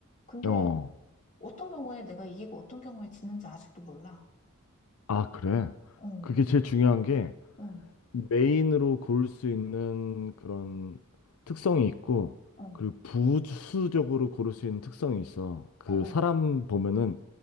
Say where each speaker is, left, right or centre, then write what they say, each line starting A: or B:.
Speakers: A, on the left; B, on the left.
A: 근데
B: 어,
A: 어떤 경우에 내가 이기고 어떤 경우에 지는지 아직도 몰라.
B: 아, 그래.
A: 응,
B: 그게 제일 중요한 게,
A: 응,
B: 메인으로 고를 수 있는 그런 특성이 있고,
A: 응
B: 그리고 부수적으로 고를 수 있는 특성이 있어. 그
A: 어, 어,
B: 사람 보면은